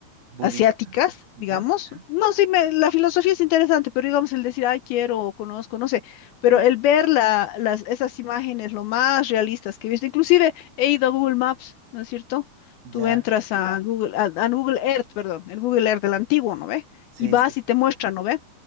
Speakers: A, on the right (about 70°); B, on the left (about 75°).
A: Budísticas,
B: asiáticas, digamos.
A: ya.
B: No, sí, me- la filosofía es interesante, pero digamos el decir, ay, quiero o conozco, no sé, pero
A: mm,
B: el ver la- las, esas imágenes lo más realistas que he visto, inclusive he ido a Google Maps, ¿no es cierto?
A: Ya,
B: Tú entras a Google, a, a Google Earth, perdón, el Google Earth del antiguo, ¿no ve?
A: sí,
B: Y vas
A: sí,
B: y te muestra, ¿no ve?